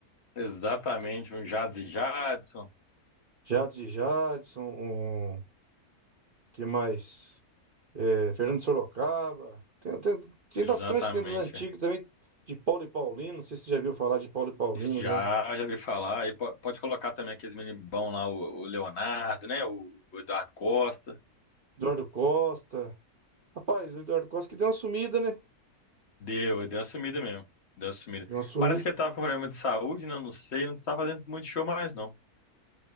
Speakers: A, on the left; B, on the right.
A: exatamente um Jads e Jadson.
B: Jades e Jadson, um, que mais? É, Fernando de Sorocaba. Tem, tem, tem
A: Exatamente.
B: bastante, tem dos antigos
A: é.
B: também, de Paulo e Paulino. Não sei se você já viu falar de Paulo e Paulino
A: Já,
B: já.
A: já ouvi falar. Aí po- pode colocar também aqueles meninos bons lá, o, o Leonardo, né? O, o Eduardo Costa.
B: Eduardo Costa. Rapaz, o Eduardo Costa que deu uma sumida, né?
A: Deu, deu uma sumida mesmo. Deu uma sumida.
B: Deu uma sumida.
A: Parece que ele tava com problema de saúde, né? Eu Não sei, não tá fazendo muito show mais, não.